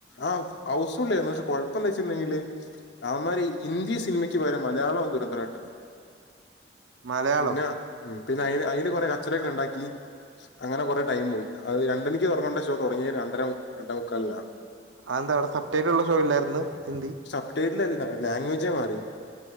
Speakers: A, on the left; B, on the right.
A: ആഹ് ഹൗസുള്ളേര്ന്നു പക്ഷെ കൊഴപ്പന്താ ച്ചില്ലാ <unintelligible> അവന്മാര് ഇന്തീ സിനിമയ്ക്ക് പകരം മലയാളം <unintelligible>
B: മലയാളം
A: പിന്നെ ഉം പിന്നെ അയിന് അയിന് കൊറെ കച്ചറക്കണ്ടാക്കി അങ്ങനെ കുറെ ടൈപോയി അത് രണ്ട ണിക്ക് തുടങ്ങേണ്ട ഷോ തുടങ്ങിയ രണ്ടര രണ്ട മുക്കാലിനാ
B: ആഎന്താവിടെ <unintelligible> ള്ള ഷോല്ലായിരുന്നു. ഹിന്ദി
A: സബ്ടെട്ടിലല്ല ലാംഗ്വേജേ മാറി